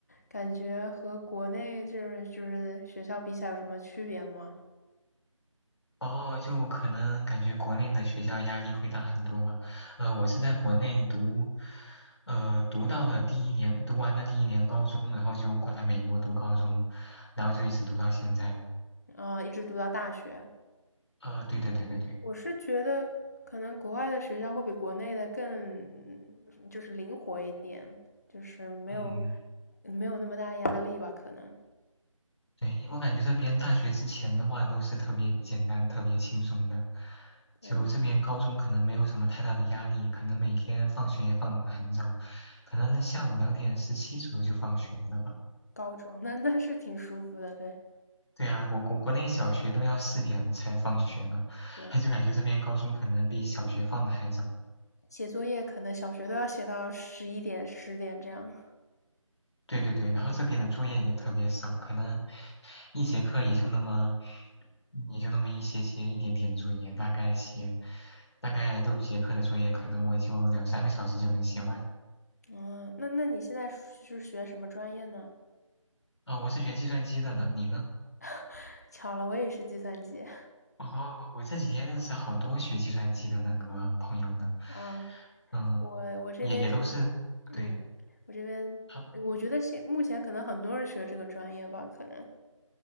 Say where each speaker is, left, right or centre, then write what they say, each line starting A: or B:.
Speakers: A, on the left; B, on the left.
A: 感觉和国内就是就是学校比起来有什么区别吗？
B: 哦，就可能感觉国内的学校压力会大很多吧。呃，我是在国内读，呃，读到了第一年，读完了第一年高中，然后就过来美国读高中，然后就一直读到现在。
A: 啊，一直读到大学，
B: 呃，对对对对对，
A: 我是觉得可能国外的学校会比国内的更就是灵活一点，就是没有
B: 嗯，
A: 没有那么大压力吧，可能。
B: 对，我感觉这边大学之前的话都是特别简单、特别轻松的，就这边高中可能没有什么太大的压力，
A: 对，
B: 可能每天放学也放得很早，可能下午两点十七左右就放学了吧。
A: 高中 <laughs> 那那是挺舒服的，对
B: 对啊，我国国内小学都要四点才放学呢，
A: 对，
B: <laughs> 就感觉这边高中可能比小学放的还早。
A: 写作业可能小学都要写到十一点十点这样。
B: 对对对，然后这边的作业也特别少，可能一节课也就那么，也就那么一些些一点点作业，大概写，大概六节课的作业，可能我就两三个小时就能写完。
A: 嗯，那那你现在是学什么专业呢？
B: 呃，我是学计算机的呢，你呢？
A: <laughs> 巧了，我也是计算机。
B: 哦，我这几天认识好多学计算机的那个朋友呢，
A: 啊，
B: 嗯，
A: 我我这边是，
B: 也也都是，
A: 嗯，
B: 对。
A: 我这边我觉得现目前可能很多人学这个专业吧，
B: 他
A: 可能。